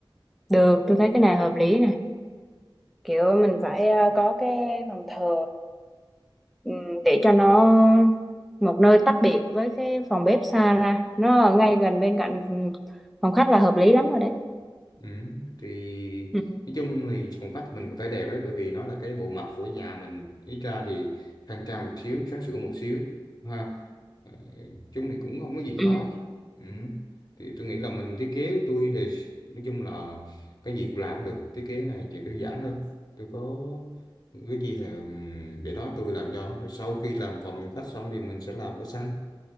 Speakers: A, in the centre; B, on the left (about 45°).
A: được tôi thấy cái này hợp lý nè kiểu mình phải ờ, có cái phòng thờ ừm, để cho nó một nơi tách biệt với cái phòng bếp xa ra nó ở ngay gần bên cạnh ừm, phòng khách là hợp lý lắm rồi đấy
B: ừ, thì
A: Ừ.
B: nói chung thì phòng khách mình cũng phải đẹp ấy bởi vì nó là cái bộ mặt của già mình ít ra thì khang trang một xíu sáng sủa một xíu ha Ờ, chung thì cũng không có gì
A: ừ,
B: khó ừ. thì tôi nghĩ là mình thiết kế tôi thì nói chung là cái gì cũng làm được thiết kế này chuyện đơn giản thôi tôi có cái gì là ừm, để đó tôi làm cho rồi sau khi làm phòng khách xong thì mình sẽ làm cái sân